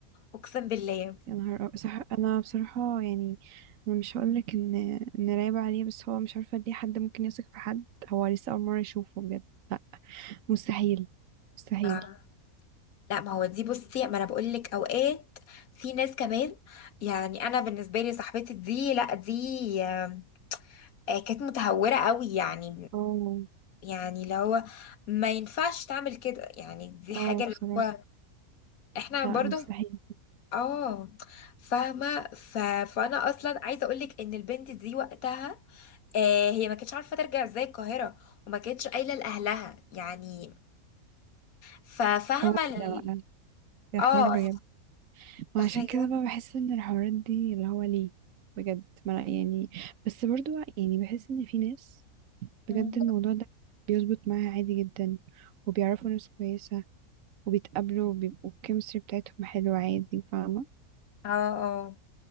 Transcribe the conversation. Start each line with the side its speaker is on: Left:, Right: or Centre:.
Left: اقسم بالله
Right: يا نهار أب- صح انا بصراحة يعني انا مش هقولك ان ان رايبة عليه بس هو مش عارفة ليه حد ممكن يثق في حد هو لسه اول مرة يشوفه بجد لا مستحيل مستحيل
Left: آه. لا ما هو دي بصي ما انا بقول لك اوقات في ناس كمان يعني انا بالنسبه لي صاحبتي دي لا دي آه، آه، كانت متهورة قوي يعني
Right: اه
Left: يعني اللي هو ما ينفعش تعمل كده يعني دي حاجة
Right: اه
Left: اللي
Right: بصراحة
Left: هو احنا
Right: لا
Left: برضو
Right: مستحيل
Left: اه فاهمة ف... فانا اصلا عايزة اقولك ان البنت دي وقتها آه هي ما كانتش عارفة ترجع ازاي القاهرة وما كانتش قايلة لأهلها يعني ففاهمة
Right: حوار
Left: ال...
Right: ده بقى ده
Left: اه
Right: حوار بجد وعشان
Left: تخيل
Right: كده بقى بحس ان الحوارات دي اللي هو ليه بجد ما لا يعني بس برضو يعني بحس ان في ناس بجد
Left: مم.
Right: الموضوع ده بيظبط معاها عادي جدا وبيعرفوا ناس كويسة وبيتقابلوا وبيبقوا الكيمستري بتاعتهم حلوة عادي فاهمة
Left: اه اه